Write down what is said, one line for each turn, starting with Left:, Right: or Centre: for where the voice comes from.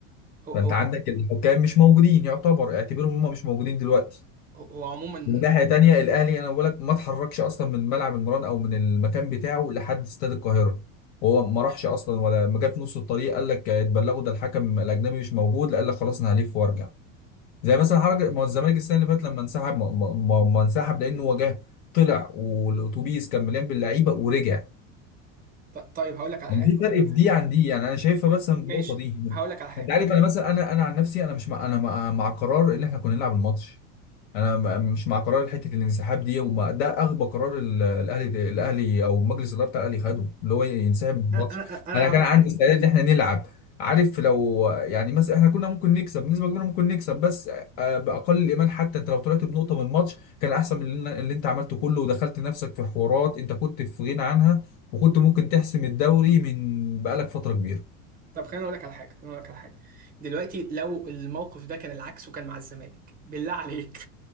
Right: هو
Left: فانت
Right: هو هو
Left: عندك الحكام مش موجودين يعتبر اعتبرهم هم مش موجودين دلوقتي
Right: هو عموما
Left: من ناحيه تانيه الاهلي انا بقول لك ما اتحركش اصلا من ملعب المران او من المكان بتاعه لحد استاد القاهره هو ما راحش اصلا ولا ما جه في نص الطريق قال لك اتبلغوا ده الحكم الاجنبي مش موجود لا قال لك خلاص انا هلف وارجع زي مثلا حركه ما هو الزمالك السنه اللي فاتت لما انسحب ما, ما, ما ما انسحب لانه وجاه طلع والاتوبيس كان مليان باللعيبه ورجع
Right: ط- طيب هقول لك على
Left: يعني
Right: حاجه
Left: في
Right: هقول
Left: فرق
Right: لك على
Left: في
Right: حاجه
Left: دي عن دي يعني انا شايفها بس
Right: ماشي
Left: من النقطه دي
Right: هقول لك على حاجه
Left: انت عارف
Right: هقول لك
Left: انا مثلا انا انا عن نفسي انا مش مع انا مع, مع قرار ان احنا كنا نلعب الماتش انا م- مش مع قرار حته الانسحاب دي وما ده اغبى قرار ال- الاهلي الاهلي او مجلس الاداره بتاع الاهلي خده اللي هو ينسحب من الماتش
Right: انا انا انا
Left: انا كان
Right: هقول
Left: عندي استعداد ان احنا نلعب عارف لو يعني مثلا احنا كنا ممكن نكسب بنسبه كبيره ممكن نكسب بس آه، باقل الايمان حتى انت لو طلعت بنقطه من الماتش كان احسن من اللي اللي انت عملته كله ودخلت نفسك في حوارات انت كنت في غنى عنها وكنت ممكن تحسم الدوري من بقالك فتره كبيره
Right: طب خليني اقول لك على حاجه خليني اقول لك على حاجه دلوقتي لو الموقف ده كان العكس وكان مع الزمالك بالله عليك